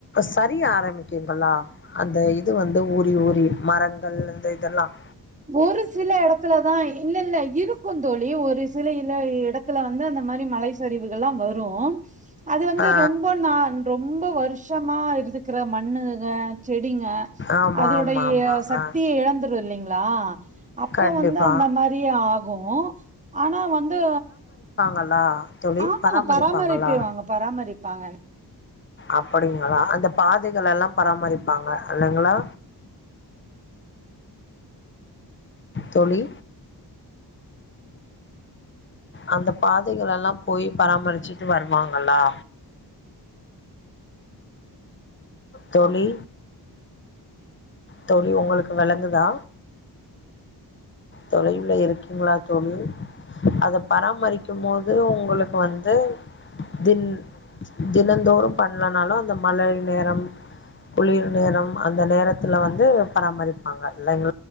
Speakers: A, on the left; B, on the right.
A: சரிய ஆரம்பிச் ங்களா அந்த இது வந்து ஊரி ஊரி மரங்கள் இந்த இதெல்லாம்
B: ஒரு சில இடத்துலதான் இல்ல இல்ல இருக்கும் தோழி ஒரு சில இ இடத்துல வந்து அந்த மாரி மலை சரிவுகள் எல்லாம் வரும் அது வந்து
A: ஆ
B: ரொம்ப நாள் ரொம்ப வருஷமா இருக்குற மண்ணுங்க செடிங்க
A: ஆமா
B: அதோடைய
A: ஆமா ஆமா
B: சக்திய
A: ஆ
B: இழந்துரும் இல்லைங்களா அப்போ
A: கண்டிப்பா
B: வந்து அந்த மாதிரி ஆகும் ஆனா வந்து
A: ஆனா தோழி
B: ஆமா
A: பராமரிப்பாங்களா
B: பராமரிப்பேவாங்க பராமரிப்பாங்க
A: அப்படிங்களா அந்த பாதைகள் எல்லாம் பராமரிப்பாங்க இல்லைங்களா தோழி அந்த பாதைகள் எல்லாம் போய் பராமரிச்சுட்டு வருவாங்களா தோழி தோழி உங்களுக்கு விளங்குதா தொலைவுல இருக்கீங்களா தோழி அத பராமரிக்கும் போது உங்களுக்கு வந்து தின் தினந்தோறும் பண்ணனாலும் அந்த மழை நேரம் குளிர் நேரம் அந்த நேரத் துல வந்து பராமரிப்பாங்க இல்லைங்க